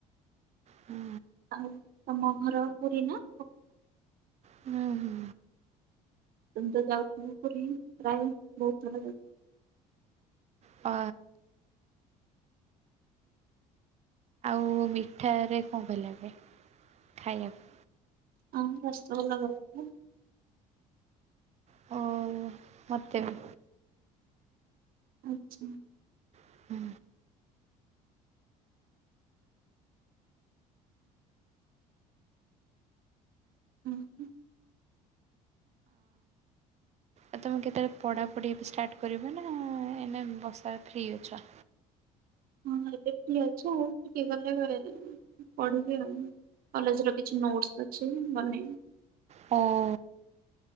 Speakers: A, on the right (about 40°); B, on the right (about 60°).
A: ହୁଁ
B: ଆଉ ତମ ଘର ପୁରୀ ନା?
A: ହୁଁ ହୁଁ।
B: ତମି ତ ଯାଉଥିବ ପୁରୀ, ପ୍ରାୟ ବହୁତ ଥର ହେଲା।
A: ଆ ମୁ ମିଠାରେ କଣ୍ ଭଲ ଲାଗେ ଖାଇବାକୁ
B: ଆମ ରସ୍ତଲା ବି <unintelligible>
A: ହଉ ମୋତେ ବି।
B: ଆଚ୍ଛା
A: ହୁଁ
B: ଉଁ ହୁଁ।
A: ଆଉ ତୁମେ କେତେବେଳେ ପଢ଼ାପଢ଼ି ବି ଷ୍ଟାର୍ଟ କରିବା। ନା ଏଇନେ ବର୍ଷ ଟା ଫ୍ରି ଅଛ?
B: ହଁ ଏବେ ଫ୍ରି ଅଛୁ। ଆଉ ଟିକେ ଗଲେ ଫେରେ ପଢ଼ିବି ଆଉ। କଲେଜ୍ ର କିଛି ନୋଟସ୍ ଅଛି। ଏଇନେ ମୁଁ ବନେଇବି।
A: ହଁ।